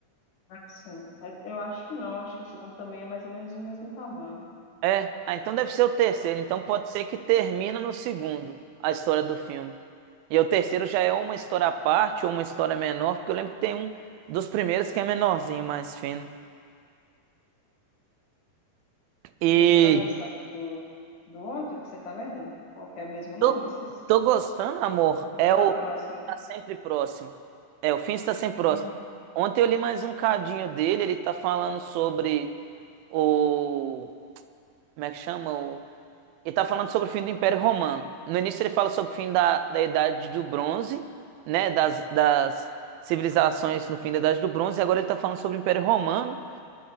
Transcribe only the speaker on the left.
Ah, Sim, mas eu acho que não, acho que o segundo também é mais ou menos do mesmo tamanho.
É,
e você tá gostando do, do outro que você tá lendo? Qual que é o mesmo nome?
Esqueci.
E
Está
próximo, né?
Uhum.